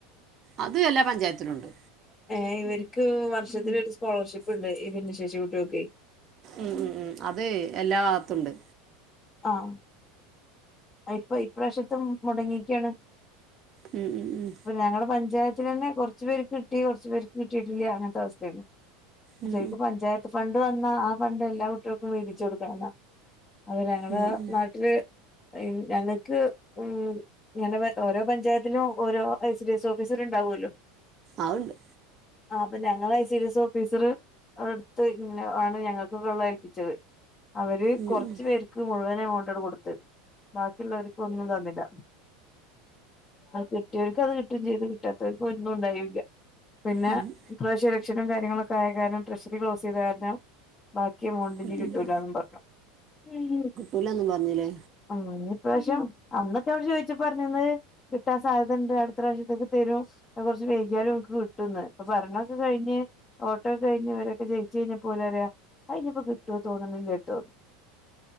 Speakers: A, on the right; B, on the left.
A: അത് എല്ലാ പഞ്ചായത്തിലും ഉണ്ട്
B: ഏഹ് ഇവർക്ക് വർഷത്തിലൊര് സ്കോളർഷിപ്പ് ഉണ്ട് ഈ ഭിന്നശേഷി കുട്ടികക്കേ
A: ഉം ഉം ഉം അത് എല്ലാ ഭാഗത്തും ഉണ്ട്
B: ആഹ് ഇപ്പൊ ഇപ്രാവശ്യത്തെ മുടങ്ങിയേക്കാണ്
A: ഉം ഉം ഉം
B: ഇപ്പൊ ഞങ്ങടെ പഞ്ചായത്തിന് തന്നെ കുറച്ച് പേർക്ക് കിട്ടി കുറച്ച് പേർക്ക് കിട്ടിയിട്ടില്ല അങ്ങനത്തെ അവസ്ഥയാണ്.
A: ഉം
B: ശെരിക്കും പഞ്ചായത്ത് ഫണ്ട് വന്നാ ആ ഫണ്ട് എല്ലാ കുട്ടികൾക്കും വീതിച്ചു കൊടുക്കണം എന്നാ അത് ഞങ്ങടെ
A: ഉം ഉം ഉം
B: നാട്ടില് ഞങ്ങൾക്ക് ഉം ഇങ്ങനെ ഓരോ പഞ്ചായത്തിനും ഓരോ ഐസി ഡി എസ് ഓഫീസർ ഉണ്ടാവുവല്ലോ
A: അതുണ്ട്
B: ആഹ് അപ്പൊ ഞങ്ങള് I C D S officer എടുത്ത് ഇങ്ങനെ ആണ് ഞങ്ങൾക്കുള്ളെ ഏൽപ്പിച്ചത് അവര്
A: ഉം
B: കൊറച്ച്
A: ഉം
B: പേർക്ക് മുഴുവൻ എമൗണ്ട് ആണ് കൊടുത്തത് ബാക്കിയുള്ളവർക്ക് ഒന്നും തന്നില്ല അത് കിട്ടിയവർക്ക് അത് കിട്ടും ചെയ്തു കിട്ടാത്തവർക്ക് ഒന്നും ഉണ്ടായില്ല പിന്നെ
A: ഉം
B: ഇപ്രാവശ്യം ഇലക്ഷനും കാര്യങ്ങളൊക്കെ ആയ കാരണം ട്രഷറി ക്ലോസ് ചെയ്ത കാരണം ബാക്കി എമൗണ്ട്
A: കിട്ടിയില്ല
B: ഇനി കിട്ടൂലാന്നും പറഞ്ഞു ഉം
A: ഓലൊന്നും പറഞ്ഞില്ലേ
B: ഉം ഇപ്രാവശ്യം അന്നൊക്കെ അവിടെ ചോദിച്ചപ്പം പറഞ്ഞത് കിട്ടാൻ സാധ്യത ഉണ്ട് അടുത്ത പ്രാവശ്യത്തേക്ക് തരും അത് കുറച്ച് വൈകിയാലും നിങ്ങക്ക് കി ട്ടുമെന്ന് ഇപ്പൊ ഭരണമൊക്കെ കഴിഞ്ഞ് വോ ട്ട് അതൊക്കെ കഴിഞ്ഞ് അവരൊക്കെ ജയിച്ച് കഴിഞ്ഞപ്പോല് പറയുവാ അതിനിപ്പോ കിട്ടുവെന്ന് തോന്നണില്ല കേട്ടോ